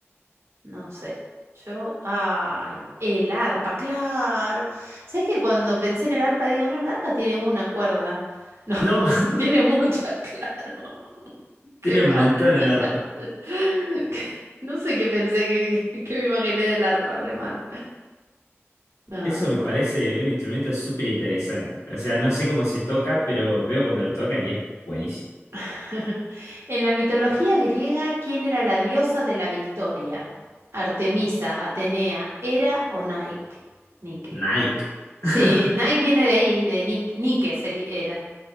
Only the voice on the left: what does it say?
No,
<laughs>
tiene
un montón
el arpa.
Eso me
parece un instrumento súper interesante. O sea, no sé cómo se toca, pero veo cuando lo tocan y es buenísimo.
Nike.
<laughs>